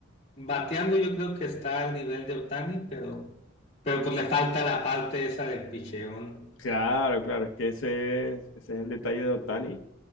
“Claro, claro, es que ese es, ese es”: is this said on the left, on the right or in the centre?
Left